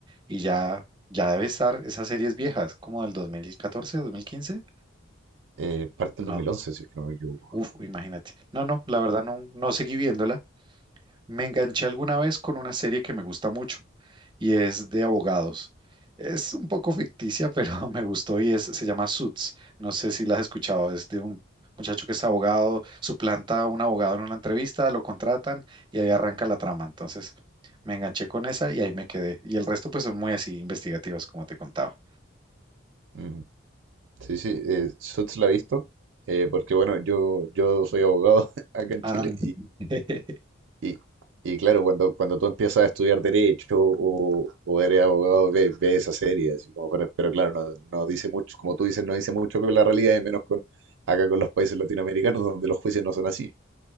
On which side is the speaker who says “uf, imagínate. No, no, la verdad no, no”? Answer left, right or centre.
Right